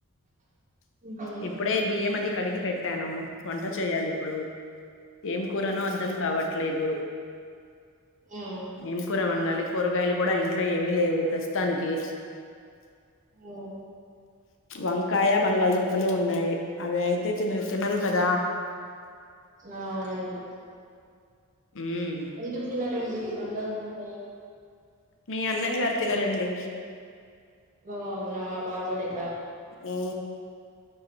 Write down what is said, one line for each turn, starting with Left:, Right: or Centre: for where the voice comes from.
Right: ఉహు ఉమ్
Left: ఇప్పుడే బియ్యం అది కడిగి పెట్టాను వంట చేయాలి ఇప్పుడు ఏం కూరనో అర్ధం కావట్లేదు
Right: ఉమ్
Left: ఏం కూర వండాలి కూరగాయలు కూడా ఇంట్లో ఏమి లేవు ప్రస్తుతానికి
Right: ఉమ్
Left: వంకాయ బంగాళదుంపలు ఉన్నాయి అవి అయితే తినర్ తినరు కదా
Right: ఆ వునండి
Left: ఉమ్
Right: ఎందుకు తిన్నారండి బంగాళదుంప
Left: మీ అన్నయ్య గారు తినరండి
Right: ఓ అవునా బాగోలే
Left: ఆ